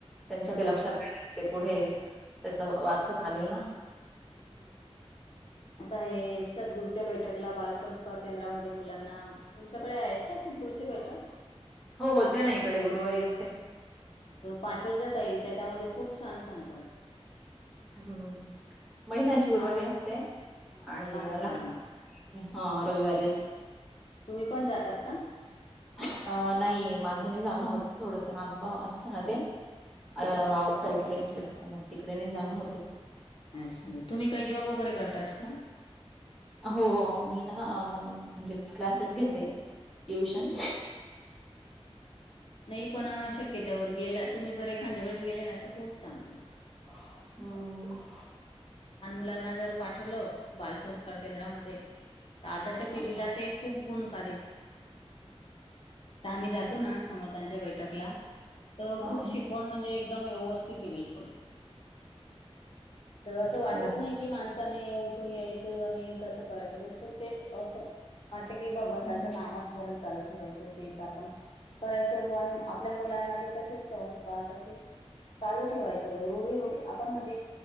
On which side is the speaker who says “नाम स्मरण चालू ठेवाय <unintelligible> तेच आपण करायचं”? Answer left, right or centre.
Left